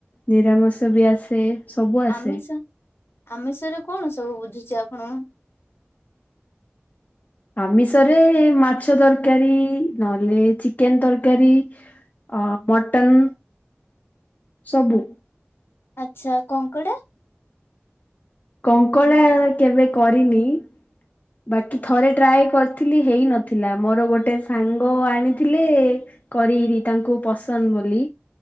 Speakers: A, on the left; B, on the left.
A: ନିରାମିଷ ବି ଆସେ। ସବୁ ଆସେ।
B: ଆମିଷ ଆମିଷ ରେ କଣ ସବୁ ବୁଝୁଚ ଆପଣ?
A: ଆମିଷରେ ଏ ମାଛ ତରକାରୀ ନହେଲେ ଚିକେନ ତରକାରୀ ଅ ମଟନ୍ ସବୁ
B: ଆଚ୍ଛା କଙ୍କଡା?
A: କଙ୍କଡ଼ା କେବେ କରିନି ବାକି ଥରେ ଟ୍ରାଏ କରିଥିଲି ହେଇନଥିଲା ମୋର ଗୋଟେ ସାଙ୍ଗ ଆଣିଥିଲେ ଏ କରିବି ତାଙ୍କୁ ପସନ୍ଦ ବୋଲି